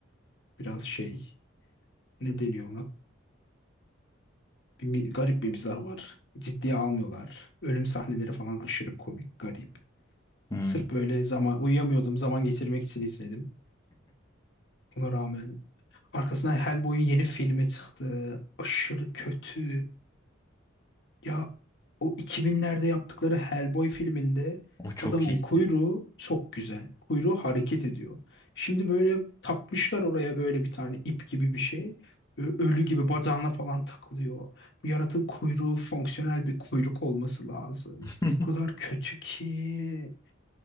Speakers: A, on the left; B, on the left.
A: biraz şey ne deniyor ona? Bir, mi- garip bir mizah var. Ciddiye almıyorlar. Ölüm sahneleri falan aşırı komik, garip.
B: hmm.
A: Sırf böyle zaman uyuyamıyordum. Zaman geçirmek için izledim. Ona rağmen arkasından Hellboy'un yeni filmi çıktı. Aşırı kötü. Ya o 2000'lerde yaptıkları Hellboy filminde
B: O çok
A: adamın
B: iyiydi.
A: kuyruğu çok güzel. Kuyruğu hareket ediyor. Şimdi böyle takmışlar oraya böyle bir tane ip gibi bir şey. Ö- Ölü gibi bacağına falan takılıyor. Bu yaratığın kuyruğu fonksiyonel bir kuyruk olması lazım.
B: <laughs>
A: O kadar kötü ki.